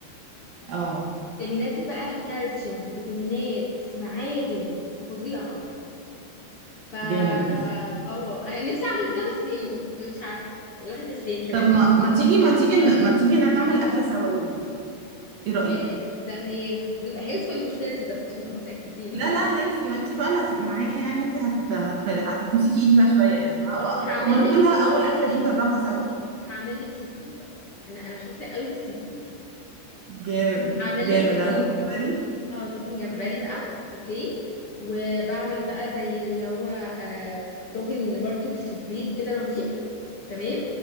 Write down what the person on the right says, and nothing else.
اه
جامد ده
طب ما
ما تيجي ما تيجي ن- ما تيجي نعمل أكلة سوا يوم ايه رأيك
لا
لا هيلثي ما انت بقى اللي هتبقي معايا يعني انت هت... هت... هتمسكي ايدي بقى شوية يعني وه-
و... و... وناكلها
اول أكلة
دي نجربها سوا
جامد
جامد
انا كنت جمبري